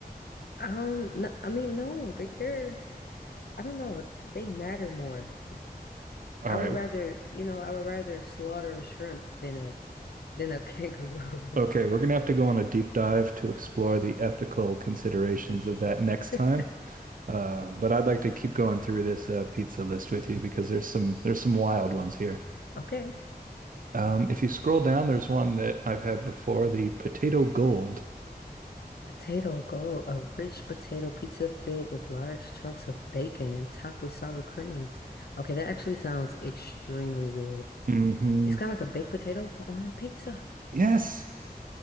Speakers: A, on the left; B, on the right.
A: Um, n I I mean, no, like they're, I don't know, they matter more.
B: All
A: I
B: right.
A: would rather, you know, I would rather slaughter a shrimp than a than a kangaroo.
B: Okay, we're gonna have to go on a deep dive to explore the ethical considerations of that next time.
A: <laughs>
B: Uh, but I'd like to keep going through this uh, pizza list with you because there's some there's some wild ones here.
A: Okay.
B: Um, if you scroll down, there's one that I've had before, the potato gold.
A: Potato Gold, a rich potato pizza filled with large chunks of bacon and topped with sour cream. Okay, that actually sounds extremely good.
B: hmm
A: It's kind of like a baked potato, but on a pizza.
B: Yes,